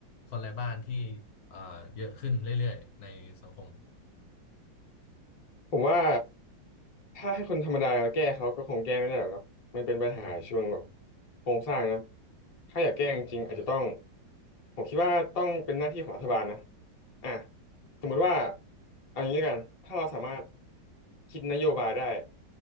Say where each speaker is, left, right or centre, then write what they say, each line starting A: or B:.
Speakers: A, on the left (about 65°); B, on the left (about 40°).
A: คนไร้บ้านที่อ่าเยอะขึ้นเรื่อยๆในสังคม
B: ผมว่าถ้าให้คนธรรมดาแก้เขาก็คงแก้ไม่ได้หรอกเนาะมันเป็นปัญหาช่วงแบบ
A: อืม
B: โครงสร้างเนาะถ้าอยากแก้จริงๆอาจจะต้อง
A: อืมอืม
B: ผมคิดว่าต้องเป็นหน้าที่ของรัฐบาลนะอ่ะสมมุติว่า
A: อืม
B: เอางี้แล้วกัน ถ้าเราสามารถคิดนโยบายได้